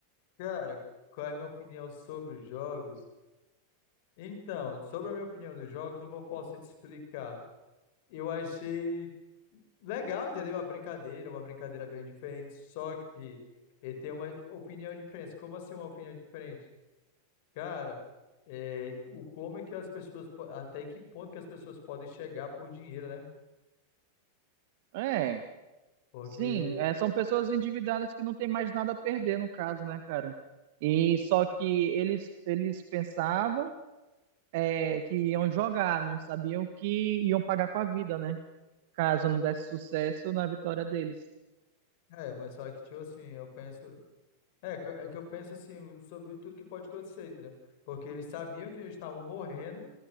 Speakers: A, on the left; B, on the right.
A: Cara, qual é a minha opinião sobre os jogos? Então, sobre a minha opinião dos jogos, como eu posso te explicar? Eu achei legal, entendeu? A brincadeira, uma brincadeira bem diferente, só que ele tem uma opinião diferente. Como assim uma opinião diferente? Cara, é, o como é que as pessoas, po- até que ponto que as pessoas podem chegar por dinheiro, né?
B: É,
A: Porque
B: sim, é, são pessoas endividadas que não tem mais nada a perder, no caso, né, cara? E só que eles, eles pensavam é, que iam jogar, não sabiam que iam pagar com a vida, né? Caso não desse sucesso na vitória deles.
A: É, mas só que, tipo assim, eu penso. É, que eu- é que eu penso assim sobre tudo que pode acontecer, entendeu? Porque eles sabiam que eles estavam morrendo,